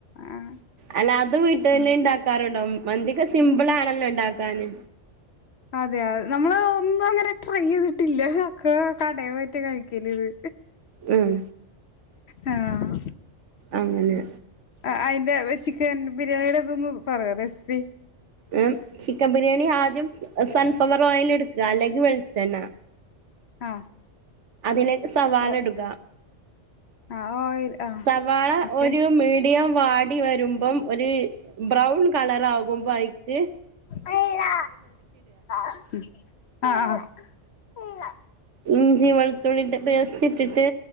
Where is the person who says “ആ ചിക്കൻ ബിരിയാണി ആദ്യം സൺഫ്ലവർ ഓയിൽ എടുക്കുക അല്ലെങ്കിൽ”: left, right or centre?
Right